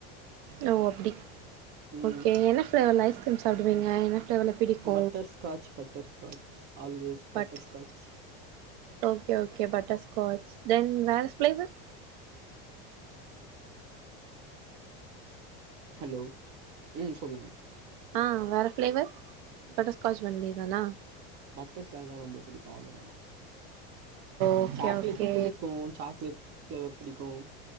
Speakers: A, on the right (about 60°); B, on the right (about 35°).
A: ஓ அப்டி
B: ம்
A: ஓகே என்ன ஃப்ளேவர்ல ஐஸ்கிரீம் சாப்டுவீங்க என்ன ஃப்ளேவர்ல பிடிக்கு
B: butter Scotch butter scotch always butter
A: but
B: scotch
A: okay okay butterscotch then வேற ஃப்ளேவர்
B: ஹலோ உ சொல்லுங்க
A: ஆ வேற ஃப்ளேவர் பட்டர் ஸ்காச் ஒன்லி தானா
B: பட்டர் ஸ்காதா ரொம்ப பிடிக்கு அவ்ளோதா
A: ஓகே
B: சாக்லேட்டு
A: ஓகே
B: பிடிக்கு சாக்லேட் ஃப்ளேவர் பிடிக்கு